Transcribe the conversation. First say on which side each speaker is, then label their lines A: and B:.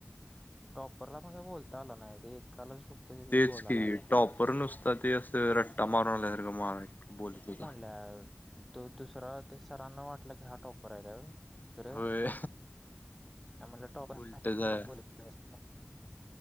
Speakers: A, in the centre; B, on the left.
A: टॉपरला मग बोलता आला नाही ते एकालाच फक्त ते
B: तेच
A: बोलायला
B: कि
A: आलं
B: टॉपर नुसता ते अस स रट्टा मारूनणार का मारा बोोल त का
A: काय तो दुसरा ते सरांना वाटलं की हा टॉपर आहे का व्हय. खर
B: होय
A: आम्हाला टॉपर
B: उलटच हाय
A: <unintelligible> नमस्ते